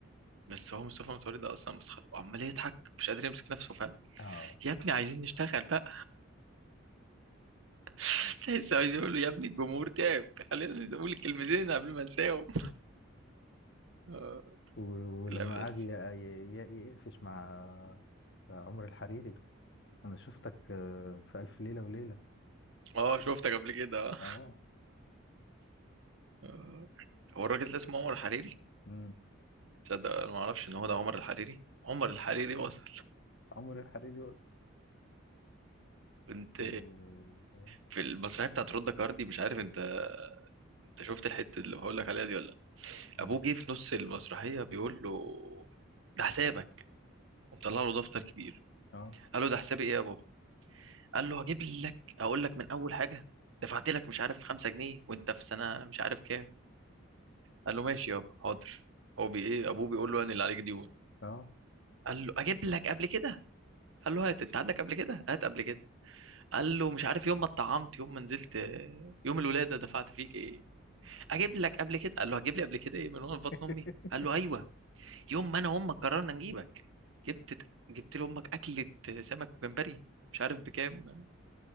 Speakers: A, on the right; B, on the left.
A: بس هو مصطفى متولي ده اصلا متخلف وعمال يضحك مش قادر يمسك نفسه فاهم
B: اه
A: يا ابني عايزين نشتغل بقى <laughs> تحس عايز يقول له يا ابني الجمهور تعب خلينا نقول الكلمتين قبل ما انساهم <laughs> آه،
B: و- ولما
A: لا بس
B: قعد ي- ي- ي- يقفش مع مع عمر الحريري انا شفتك آه، في الف ليله وليله
A: اه شفتك قبل كده آه.
B: اه
A: آه. هو الراجل ده اسمه عمر الحريري
B: امم
A: تصدق انا ما اعرفش ان هو ده عمر الحريري عمر الحريري وصل
B: عمر الحريري وصل
A: كنت
B: و...
A: في المسرحيه بتاعت رودا كاردي مش عارف انت انت شفت الحته اللي بقول لك عليها دي ولا لا
B: مم.
A: ابوه جه في نص المسرحيه بيقول له ده حسابك ومطلع له دفتر كبير
B: اه
A: قال له ده حسابي ايه يا بابا قال له هجيب لك اقول لك من اول حاجه دفعت لك مش عارف 5 جنيه وانت في سنه مش عارف كام قال له ماشي يابا حاضر هو بي ايه ابوه بيقول له انا اللي عليك ديون
B: اه
A: قال له اجيب لك قبل كده قال له هات انت عندك قبل كده هات قبل كده قال له مش عارف يوم ما اتطعمت يوم ما نزلت يوم الولاده دفعت فيك ايه اجيب لك قبل كده قال له هجيب لي قبل كده ايه من وانا في بطن
B: <laughs>
A: امي قال له ايوه يوم ما انا وامك قررنا نجيبك جبت جبت لامك اكله سمك وجمبري مش عارف بكام